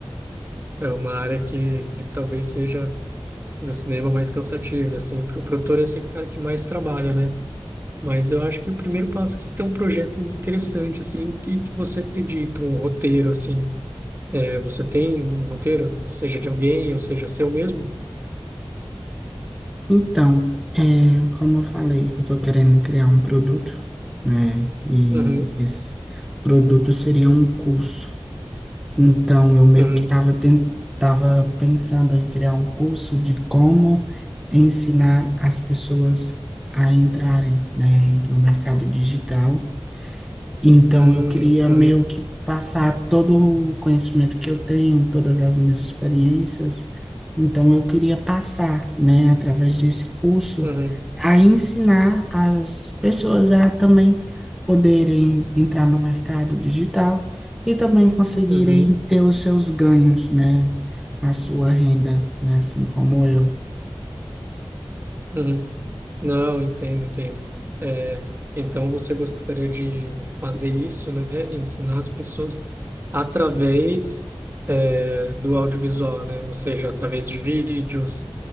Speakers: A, on the right; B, in the centre.
A: É uma área que talvez seja do cinema mais cansativa, assim. O produtor é sempre o cara que mais trabalha, né? Mas eu acho que o primeiro passo é você ter um projeto interessante, assim, que, que você acredita, um roteiro, assim. É, você tem um roteiro, seja de alguém ou seja seu mesmo?
B: Então, é, como eu falei, eu estou querendo criar um produto, né? E
A: Uhum,
B: esse produto seria um curso. Então, eu meio
A: uhum,
B: que estava tava pensando em criar um curso de como ensinar as pessoas a entrarem, né, no mercado digital Então,
A: uhum,
B: eu queria
A: uhum,
B: meio que passar todo o conhecimento que eu tenho, todas as minhas experiências. Então, eu queria passar, né, através desse curso,
A: uhum,
B: a ensinar as pessoas a também poderem entrar no mercado digital e também conseguirem
A: uhum,
B: ter os seus ganhos, né, a sua renda, né, assim como eu.
A: uhum. Não, entendo, entendo. É, então você gostaria de fazer isso, né? Ensinar as pessoas através, é, do audiovisual, né? Ou seja, através de vídeos,